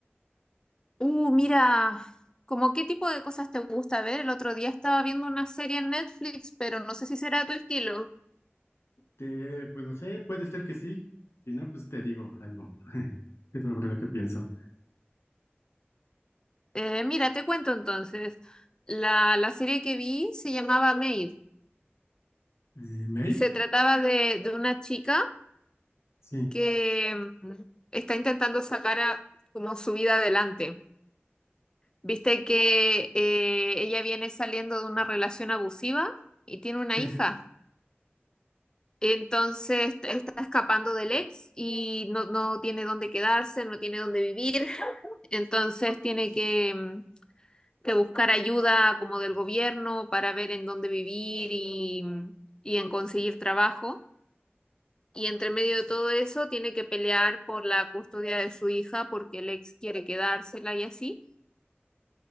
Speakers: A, on the left (about 20°); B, on the left (about 80°).
A: Uh, mira, ¿como qué tipo de cosas te gusta ver? El otro día estaba viendo una serie en Netflix, pero no sé si será tu estilo.
B: Te, pues no sé, puede ser que sí. Si no, pues te digo algo <laughs> sobre lo que pienso.
A: Eh, mira, te cuento entonces. La, la serie que vi se llamaba Maid.
B: Eh, ¿Mate?
A: Se trataba de, de una chica
B: Sí,
A: que mm, está intentando sacar a- como su vida adelante. Viste que eh, ella viene saliendo de una relación abusiva y tiene una
B: sí.
A: hija. Entonces él está escapando del ex y no, no tiene dónde quedarse, no tiene dónde vivir. Entonces tiene que, mm, que buscar ayuda como del gobierno para ver en dónde vivir y, mm, y en conseguir trabajo. Y entre medio de todo eso tiene que pelear por la custodia de su hija porque el ex quiere quedársela y así.